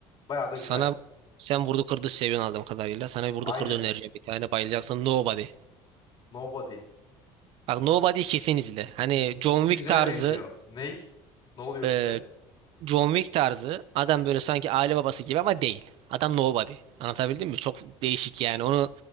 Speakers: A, on the left; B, on the right.
A: Bayağı da
B: Sana
A: güzel.
B: sen vurdu kırdı seviyorsun aldığım kadarıyla. Sana bir vurdu
A: Aynen.
B: kırdı önereceğim. Bir tane bayılacaksın. Nobody.
A: Nobody.
B: Bak Nobody kesin izle. Hani
A: İs,
B: John
A: ismi
B: Wick
A: güzele
B: tarzı
A: benziyor. Ney? Ne oluyor
B: e,
A: filmde?
B: John Wick tarzı adam böyle sanki aile babası gibi ama değil. Adam Nobody. Anlatabildim mi? Çok değişik yani. Onu